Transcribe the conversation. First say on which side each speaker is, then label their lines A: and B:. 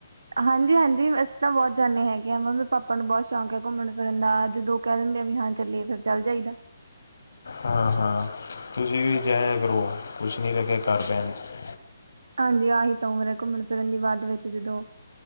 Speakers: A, on the right; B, on the left.
A: ਹਾਂਜੀ-ਹਾਂਜੀ। ਅਸੀ ਤਾਂ ਬਹੁਤ ਜਾਂਦੇ ਹੈਗੇ ਹਾਂ ਮੰਮੀ-ਪਾਪਾ ਨੂੰ ਬਹੁਤ ਸ਼ੌਂਕ ਹੈ ਘੁੰਮਣ ਫਿਰਨ ਦਾ ਜਦੋਂ ਕਹਿ ਦਿੰਦੇ ਵੀ ਹਾਂ ਚੱਲੀ ਫਿਰ ਚੱਲ ਜਾਈਦਾ।
B: ਹਾਂ-ਹਾਂ ਤੁਸੀਂ ਵੀ ਜਾਇਆ ਕਰੋ, ਕੁਛ ਨੀ ਰੱਖਿਆ ਘਰ ਬੈਣ 'ਚ।
A: ਹਾਂਜੀ ਆਹੀ ਤਾਂ ਉਮਰ ਏ ਘੁੰਮਣ-ਫਿਰਨ ਦੀ ਬਾਅਦ ਵਿੱਚ ਜਦੋਂ